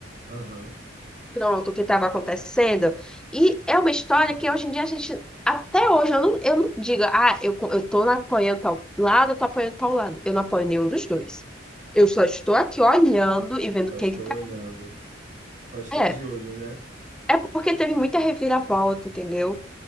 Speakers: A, on the right (about 40°); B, in the centre.
A: Aham.
B: Pronto, o que estava acontecendo. E é uma história que hoje em dia a gente, até hoje, eu não, eu não digo, ah, eu, co- eu tô apoiando tal lado, eu tô apoiando tal lado. Eu não apoio nenhum dos dois. Eu só estou aqui olhando e vendo
A: Só
B: o que
A: estou
B: que tá.
A: olhando. Só estou
B: É,
A: de olho, né?
B: é porque teve muita reviravolta, entendeu?